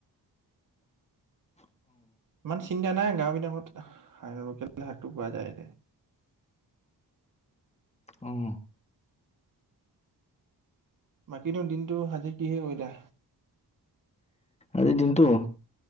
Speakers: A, on the left; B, on the right.
A: <inaudible>
B: ইমান চিন্তা নাই। গাঁৱমি দামত লোকেল শাকটো পোৱা যায়।
A: অ'।
B: বাকীনো দিনটো আজি কিহে কৰিলা
A: আজিৰ দিনটো